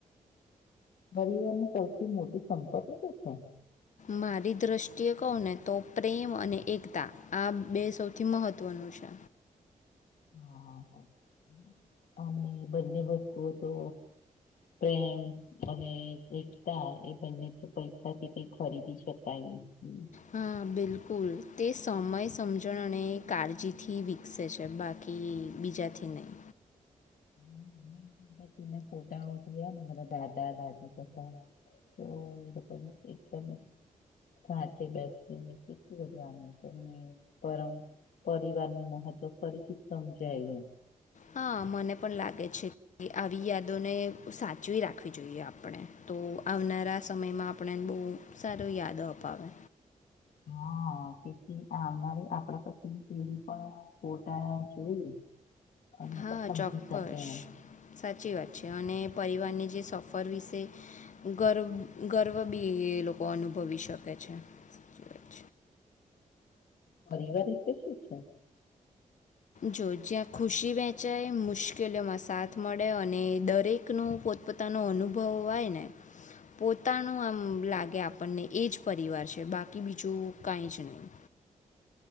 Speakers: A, on the left (about 85°); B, on the left (about 60°).
A: ગરીબોની સૌથી મોટી સંપત્તિ શું છે?
B: મારી દ્રષ્ટિએ કહું ને તો પ્રેમ અને એકતા આ બે સૌથી મહત્વનું છે.
A: <inaudible> હા હા હા અને બધી વસ્તુઓ તો પ્રેમ અને એકતા એ બંને તો પૈસાથી કંઈ ખરીદી શકાય નહીં. <unintelligible>
B: હા બિલકુલ તે સમય, સમજણ અને કાળજીથી વિકસે છે બાકી કે બીજાથી નહી.
A: હમ. ના ફોટાઓ જોયાને મારા દાદા-દાદી બધાના તો એ એકદમ સાથે બેસીને કેટલું બધું આનંદ થાય. પરમ પરિવારનું મહત્વ ફરીથી સમજાયું એમ.
B: હા મને પણ લાગે છે કે આવી યાદોને સાચવી રાખવી જોઈએ આપણે તો આવનારા સમયમાં આપણને બહુ સારું યાદ અપાવે.
A: હા. બાકી આવનારી આપણા પછીની પેઢી પણ ફોટા જોઈ. અને
B: હા
A: પણ સમજી
B: ચોક્કસ
A: શકે એમ
B: સાચી વાત છે અને પરિવારની જે સફર વિશે ગર્વ ગર્વ બી એ લોકો અનુભવી શકે છે. સાચી વાત
A: પરિવાર રીતે શું છે?
B: જો જ્યાં ખુશી વહેંચાય, મુશ્કેલીઓમાં સાથ મળે અને દરેક નો પોતપોતાનો અનુભવ હોય ને પોતાનું આમ લાગે આપણને એ જ પરિવાર છે. બાકી બીજું કંઈ જ નહી.